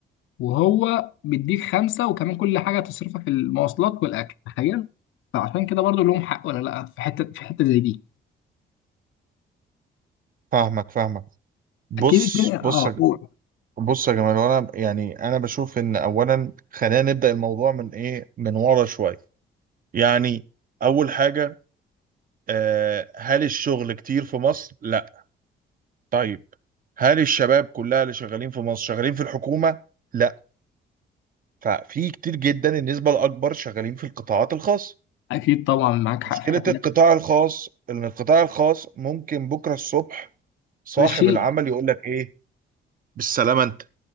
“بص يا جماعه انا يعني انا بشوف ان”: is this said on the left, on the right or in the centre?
Right